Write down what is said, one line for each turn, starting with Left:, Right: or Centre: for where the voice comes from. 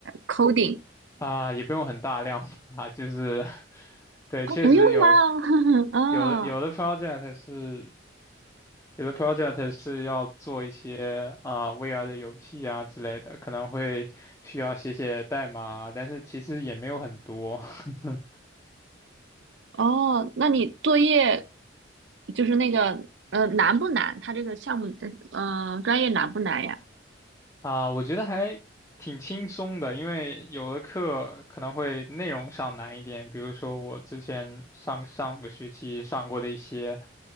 Right: coding
Left: 啊，也不用很大量啊，<laughs> 就是，<laughs> 对，
Right: 哦，
Left: 确实有
Right: 不用吧？<laughs> 啊？
Left: 有的有的 project 是有的 project 是要做一些啊、VR 的游戏啊之类的，可能会需要写写代码啊但是其实也没有很多。<laughs>
Right: 哦，那你作业就是那个呃难不难？它这个项目呃呃专业难不难呀？
Left: 啊，我觉得还挺轻松的，因为有的课可能会内容上难一点，比如说我之前上上个学期上过的一些，